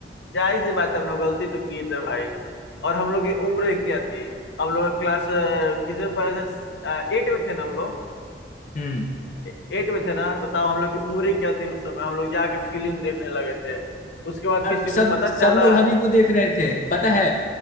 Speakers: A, on the left (about 80°); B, on the left (about 45°).
A: जाहिर सी बात है हम लोग गलती तो किए थे भाई और हम लोग की उम्र क्या थी हम लोग क्लास किसी में पढ़े थे एट में थे ना हम लोग
B: हम्म
A: एट में थे ना बताओ हम लोग की उम्र ही क्या थी उस समय हम लोग जाके फिल्म देखने लगे थे उसके बाद
B: और
A: किसी
B: सब
A: को पता
B: सब
A: चला
B: लोग हम ही को देख रहे थे पता है